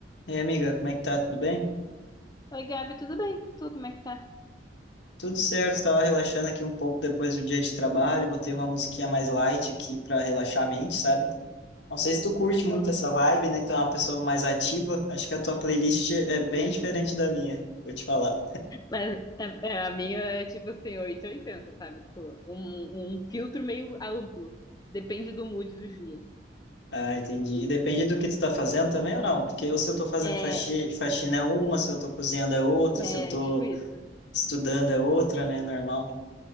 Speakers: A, on the left (about 80°); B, on the left (about 20°).
A: E aí, amiga, como é que tá? Tudo bem?
B: Oi, Gabi, tudo bem? Tu, como é que tá?
A: Tudo certo, estava relaxando aqui um pouco depois do dia de trabalho, botei uma musiquinha mais light aqui para relaxar a mente, sabe? Não sei se tu curte
B: Então,
A: muito essa vibe, né? Que tu é uma pessoa mais ativa. Acho que a tua playlist é bem diferente da minha, vou te falar.
B: Mas é, é, a minha é tipo assim, 880, sabe? Tipo, um, um filtro meio amplo. Depende do mood do dia.
A: Ah, entendi. E depende do que tu tá fazendo também ou não? Porque ou se eu tô fazendo
B: É,
A: faxi- faxina é uma, se eu tô cozinhando é outra,
B: é
A: se eu tô
B: tipo isso.
A: estudando é outra, né? Normal.